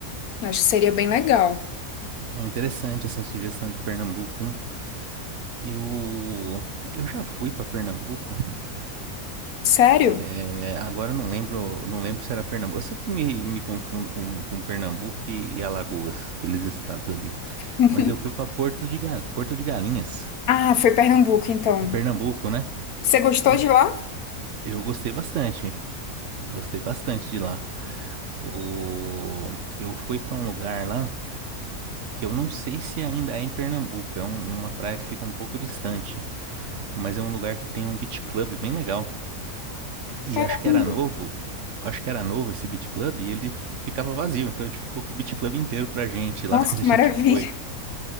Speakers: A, on the left; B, on the right.
A: Acho que seria bem legal.
B: É Interessante essa sugestão de Pernambuco, hein? Eu, eu já fui para Pernambuco.
A: Sério?
B: É, agora eu não lembro, não lembro se era Pernambuco. Eu sempre me, me confundo com, com Pernambuco e, e Alagoas, aqueles estados ali.
A: <laughs>
B: Mas eu fui para Porto de, Ga- Porto de Galinhas,
A: Ah, foi Pernambuco, então.
B: é Pernambuco, né?
A: Você gostou
B: E
A: de lá?
B: eu gostei bastante. Gostei bastante de lá. O, eu fui para um lugar lá que eu não sei se ainda é em Pernambuco. É um- uma praia que fica um pouco distante. mas é um lugar que tem um beat club bem legal. E
A: Caramba,
B: acho que era novo, acho que era novo esse beat club e ele f- ficava vazio, então a gente ficou com o beat club inteiro pra gente lá
A: nossa,
B: <laughs> quando
A: que
B: a gente
A: maravilha.
B: foi.